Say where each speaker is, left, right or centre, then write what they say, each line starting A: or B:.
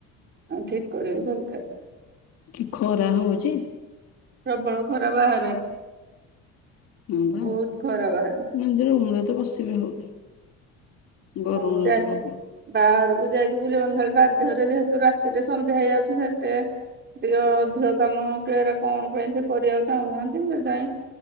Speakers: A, on the right; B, on the left.
A: ଠିକ୍ କରିବି ଘରୁକୁ ଆସିଲି।
B: କି ଖରା ହଉଚି।
A: ପ୍ରବଳ ଖରା ବାହାରେ।
B: ହଁ ବା
A: ବହୁତ ଖରା ବାହାରେ
B: ଏନ୍ତି ରୁମ ରେ ତ ବସି ବି ହଉନି। ଗରମ
A: ଆ
B: ଲାଗୁଛି
A: ଚା
B: ପ୍ରବଳ
A: ବାହାରୁକୁ ଯାଇକି ବୁଲିବନ ଖାଲି ବାଧ୍ୟରେ ଯେହେତୁ ରାତିରେ ସନ୍ଧ୍ୟା ହେଇଯାଉଚି ସେତେ ଟିକେ ଅଧିକ କାମ କେରେ କଣ ପାଇଁ ସେ କରିଆକୁ ଚାହୁଁନାହାନ୍ତି ସେ ଯାଇ